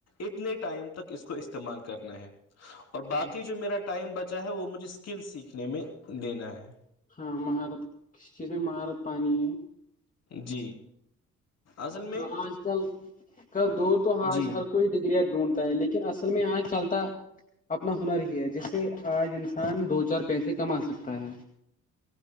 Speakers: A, on the left (about 55°); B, on the left (about 25°).
A: اتنے ٹائم تک اس کو استعمال کرنا ہے اور
B: ہاں
A: باقی جو میرا ٹائم بچ چا ہے وہ مجھے اسکل سیکھنے میں دینا ہے
B: ہاں مہارت کس چیز میں مہارت پانی ہے
A: جی اصل میں
B: ہاں آج کل ک دور تو آج
A: جی
B: ہر کوئی ڈگریا ڈھونڈتا ہے لیکن ا ال میں آج چلتا اپنا ہنر ہی ہے جس سے آج انسان دو چار پیسے کما سکتا ہے